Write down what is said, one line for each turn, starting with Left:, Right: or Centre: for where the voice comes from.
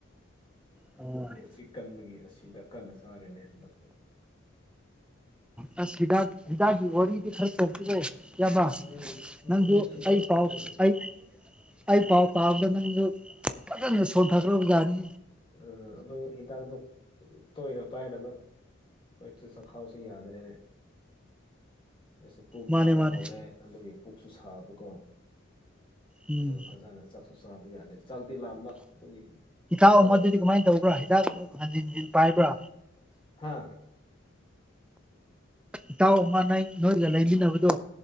Centre: ꯑꯣ
Left: ꯒꯦꯁꯇ꯭ꯔꯤꯛ ꯀꯟꯕꯒꯤ ꯑꯁꯤꯗ ꯀꯟꯅ ꯆꯥꯔꯦꯅꯦ ꯍꯟꯗꯛꯁꯦ
Centre: ꯑꯣ ꯁꯤꯗꯥ ꯋꯥꯔꯤꯗꯨ ꯈꯔ ꯇꯣꯛꯄꯤꯔꯣ ꯌꯥꯕ
Left: ꯎꯝ ꯎꯝ
Centre: ꯅꯪꯁꯨ
Left: ꯍꯤꯗꯥꯛ
Centre: ꯑꯩ ꯄꯥꯎ
Left: ꯎꯝ
Centre: ꯑꯩ ꯑꯩ ꯄꯥꯎ ꯄꯥꯕꯗ ꯅꯪꯁꯨ ꯐꯖꯅ ꯁꯣꯟꯊꯈ꯭ꯔꯕ ꯌꯥꯅꯤ
Left: ꯑ ꯑꯗꯨ ꯍꯤꯗꯥꯛꯗꯣ ꯇꯣꯏꯅ ꯄꯥꯏꯔꯅꯨ ꯑꯩꯣꯏ ꯆꯦ ꯁ ꯈꯥꯎꯁꯤ ꯌꯥꯗꯔꯦꯅꯦ ꯑꯩꯁꯦ ꯄꯨꯛ
Centre: ꯃꯥꯅꯦ
Left: ꯅꯥꯕ
Centre: ꯃꯥꯅꯦ
Left: ꯍꯧꯔꯦ ꯑꯗꯨꯒꯤ ꯄꯨꯛꯁꯨ ꯁꯥꯕꯀꯣ
Centre: ꯎꯝ
Left: ꯑꯗꯨꯒ ꯐꯖꯅ ꯆꯥꯛꯁꯨ ꯆꯥꯕ ꯌꯥꯗꯦ ꯆꯥꯛꯗꯤꯤ ꯂꯥꯝꯕ ꯑꯗꯨꯒꯤ
Centre: ꯍ
Left: ꯆꯥꯕ
Centre: ꯑꯃꯗꯨꯗꯤ ꯀꯃꯥꯏꯅ ꯇꯧꯕ꯭ꯔꯥ ꯍꯤꯗꯥꯛ ꯑꯃꯨꯛ ꯍꯟꯖꯤꯟꯖꯤꯟ ꯄꯥꯏꯕ꯭ꯔꯥ
Left: ꯍꯥꯥ
Centre: ꯏꯇꯥꯎ ꯑꯃ ꯅ ꯅꯣꯏꯒ ꯂꯩꯃꯤꯟꯅꯕꯗꯣ